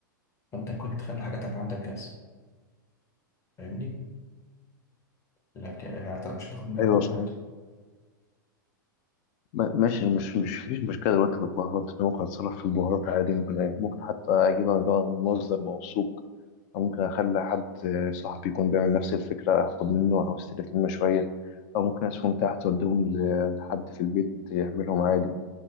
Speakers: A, on the left (about 25°); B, on the left (about 45°).
A: فانت كنت تخلي حاجاتك عندك جاهزة فاهمني لكن هت- مش هتاخد منك
B: ايوه
A: وقت
B: صحيح
A: عادي
B: ما- ماشي مش مش فيش مشكله دلوقتي في البهارات انا ممكن اتصرف في البهارات عادي ممكن ممكن حتى اجيبها من بقى من مصدر موثوق او ممكن اخلي حد صاحبي يكون بيعمل نفس الفكره اخد منه او استلف منه شويه او ممكن اسيبهم تحت واديهم ل- لحد في البيت يعملهم عادي